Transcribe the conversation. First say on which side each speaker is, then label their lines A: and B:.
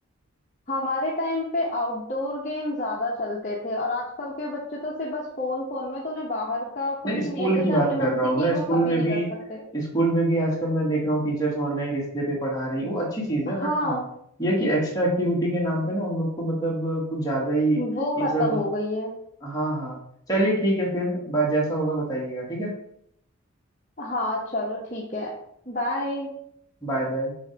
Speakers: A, on the left; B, on the left.
A: हमारे टाइम पे आउटडोर गेम ज्यादा चलते थे और आजकल के बच्चे तो सिर्फ बस फोन फोन में तो उन्हें बाहर का कुछ
B: नहीं स्कूल
A: नहीं है जैसे
B: की बात
A: हमने
B: कर
A: मस्ती
B: रहा हूँ
A: की
B: मैं स्कूल
A: वो कभी
B: में
A: नहीं
B: भी
A: कर सकते
B: स्कूल में भी आजकल मैं देख रहा हूँ टीचर्स ऑनलाइन डिस्प्ले पे पढ़ा रही वो अच्छी चीज है
A: हाँ
B: बट हाँ ये है कि एक्स्ट्रा एक्टिविटी के नाम पे ना उन लोग को मतलब कुछ ज्यादा ही
A: वो
B: ये
A: खत्म
B: सब
A: हो गई है
B: हाँ हाँ चलिए ठीक है फिर बा- जैसा होगा बताइएगा ठीक है
A: हाँ चलो ठीक है बाय
B: Bye bye